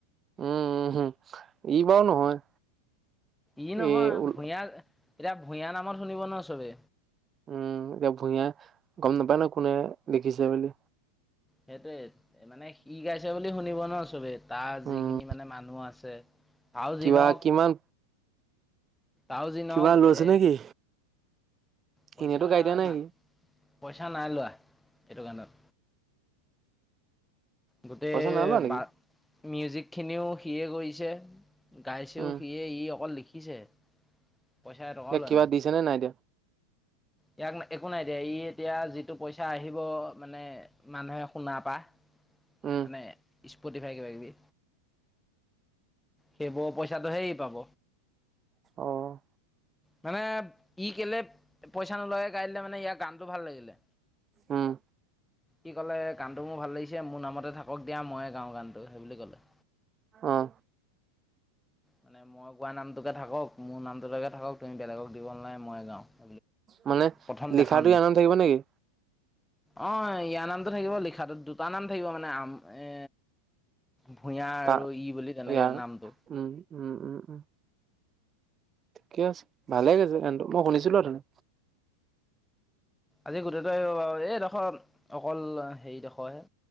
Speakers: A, on the right (about 25°); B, in the centre.
A: উম-উম হম, ই বাৰু নহয়।
B: ই নহয়
A: এই ওলা
B: ভূঞা এতিয়া ভূঞা নামত শুনিব ন' চবে।
A: উম, এতিয়া ভূঞা গম নাপায় নহয় কোনে দেখিছে বুলি।
B: সেইটোৱে মানে সি গাইছে বুলি শুনিব ন' চবেই তাৰ
A: উম,
B: যিখিনি মানে মানুহ আছে আৰু
A: কিবা
B: যি নহওক,
A: কিমান
B: আৰু যি
A: কিবা
B: নহওক
A: লৈছে নেকি?
B: এ পইচা
A: এনেতো গাড়ী দিয়া নাই
B: না-
A: সি
B: পইচা নাই লোৱা এইটো কানত। গোটেই
A: পইচা নাই লোৱা নেকি?
B: বা মিউজিক খিনিও সিয়ে কৰিছে। গাইছেও
A: উম,
B: সিয়ে, ই অকল লিখিছে। পইচা এটকাও
A: ইয়াক
B: লোৱা
A: কিবা দিছেনে নাই দিয়া?
B: ইয়াক একো নাই দিয়া, ই এতিয়া যিটো পইচা আহিব মানে মানুহে শুনা পা।
A: উম,
B: মানে, স্পটিফাই কিবা কিবি, সেইবোৰ পইচাটো হে ই পাব।
A: অ',
B: মানে ই কেলে পইচা নুলোৱাকে গাই দিলে, মানে ইয়াৰ গানটো ভাল লাগিলে।
A: উম।
B: ই ক'লে গানটো মোৰ ভাল লাগিছে মোৰ নামতে থাকক দিয়া, মইয়ে গাওঁ গানটো সেই বুলি কলে।
A: অহ।
B: মানে মই কোৱা নামটোকে থাকক মোৰ নামটোকে থাকক তুমি বেলেগক দিব নালাগে, মই গাও। ক
A: মানে
B: প্ৰথম
A: লিখাটো
B: দেখা
A: ইয়াৰ
B: নাই,
A: নাম থাকিব নেকি?
B: অ ইযাৰ না নটো থাকিব লিখাটো দুটা নাম থাকিব মানে আম এ ভূঞা
A: তা
B: আৰু ই বুলি তেনেকে
A: ইয়াৰ
B: নামটো।
A: উম উম উম উম। ঠিকে আছে ভালে গাইছে গানটো, মই শুনিছিলো অথুনি।
B: আজি গোটটো আহিব বাৰু, এইডোখৰ অকল হেৰি ডোখৰহে।